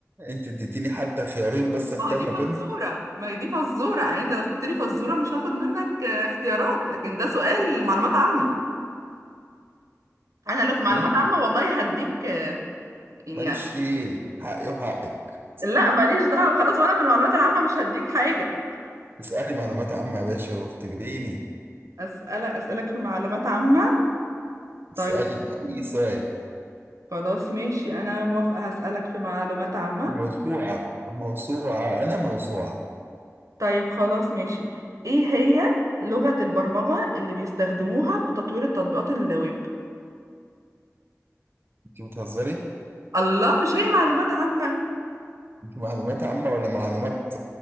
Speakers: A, on the right; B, on the right.
A: أنت اديتيني حتى خيارين بس أختار
B: ما هي دي
A: ما بينهم
B: فزورة ما هي دي فزورة يعني انت لو قلت لي فزورة مش هاخد منك آه، اختيارات لكن ده سؤال معلومات عامة انا لو في معلومات
A: ماليش
B: عامة والله هديك يعني
A: ماليش فيه حقي وحقك
B: لا ماليش دعوة خلاص وانا في المعلومات العامة مش هديك حاجة
A: اسألي معلومات عامة يا باشا واختبريني
B: أسألك أسألك في معلومات عامة
A: اسألي
B: طيب
A: أي سؤال
B: خلاص ماشي أنا موافقة هسألك في معلومات عامة
A: موسوعة موسوعة أنا موسوعة
B: طيب خلاص ماشي إيه هي لغة البرمجة اللي بيستخدموها في تطوير التطبيقات الويب
A: أنت بتهزري
B: الله مش هي معلومات عامة
A: أنت معلومات عامة ولا معلومات